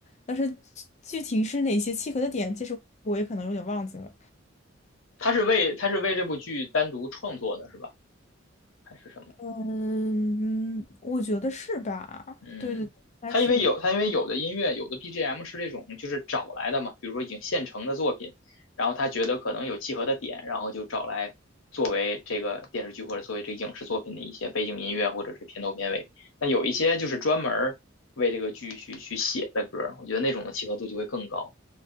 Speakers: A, on the left; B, on the left.
A: 但是具体是哪些契合的点，其实我也可能有点忘记了。
B: 他是为他是为这部剧单独创作的是吧？还是什么？
A: 嗯，嗯我觉得是吧？
B: 嗯，
A: 对对对，应该是。
B: 它因为有它因为有的音乐有的 BGM 是这种就是找来的嘛，比如说已经现成的作品，然后他觉得可能有契合的点，然后就找来作为这个电视剧或者作为这个影视作品的一些背景音乐或者是片头片尾。那有一些就是专门为这个剧去去写的歌我觉得那种的契合度就会更高。